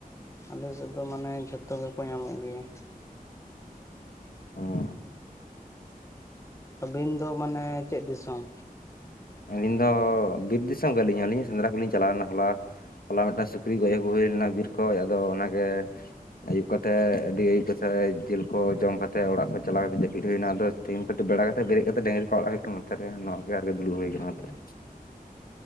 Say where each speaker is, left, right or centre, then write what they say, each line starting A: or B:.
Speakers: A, on the left; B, on the left.
A: ᱟᱞᱮᱥᱮᱫ ᱫᱚ ᱢᱟᱱᱮ ᱡᱷᱚᱛᱚ ᱜᱮᱠᱚ ᱧᱟᱢᱚᱜ ᱜᱮᱭᱟ᱾
B: ᱦᱩᱸ
A: ᱟᱹᱵᱤᱱ ᱫᱚ ᱢᱟᱱᱮ ᱪᱮᱫ ᱫᱤᱥᱚᱢ?
B: ᱟᱹᱞᱤᱧ ᱫᱚ ᱵᱤᱨ ᱫᱤᱥᱚᱢ ᱜᱮ ᱟᱹᱞᱤᱧ ᱦᱚᱸ ᱟᱹᱞᱤᱧ ᱦᱚᱸ ᱥᱮᱸᱫᱽᱨᱟ ᱠᱚᱞᱤᱧ ᱪᱟᱞᱟᱣ ᱞᱮᱱᱟ ᱦᱚᱞᱟ ᱦᱚᱞᱟ ᱢᱤᱜᱴᱟᱝ ᱥᱩᱠᱨᱤ ᱜᱚᱡ ᱟᱹᱜᱩ ᱦᱩᱭ ᱞᱮᱱᱟ ᱵᱤᱨ ᱠᱷᱚᱡ ᱟᱫᱚ ᱚᱱᱟᱜᱮ ᱟᱹᱭᱩᱵ ᱠᱟᱛᱮᱜ ᱟᱹᱰᱤ ᱟᱹᱭᱩᱵ ᱠᱟᱛᱮᱜ ᱡᱤᱞ ᱠᱚ ᱡᱚᱢ ᱠᱟᱛᱮᱫ ᱚᱲᱟᱜ ᱠᱚ ᱪᱟᱞᱟᱣ ᱠᱟᱛᱮ ᱡᱟᱹᱯᱤᱫ ᱦᱩᱭᱮᱱᱟ ᱟᱫᱚ ᱛᱮᱦᱮᱱ ᱠᱟᱹᱴᱤᱡ ᱵᱮᱲᱟ ᱠᱟᱛᱮ ᱵᱮᱨᱮᱫ ᱠᱟᱛᱮ ᱰᱟᱝᱨᱤ ᱠᱚ ᱚᱲᱟᱜ ᱦᱩᱭᱩᱜ ᱠᱟᱱᱟ ᱱᱚᱛᱮ ᱨᱮ ᱱᱚᱣᱟ ᱵᱮᱲᱟ ᱨᱮᱜᱮ ᱫᱩᱲᱩᱵ
A: <unintelligible>
B: ᱦᱩᱭ ᱠᱟᱱᱟ ᱱᱚᱛᱮ ᱨᱮ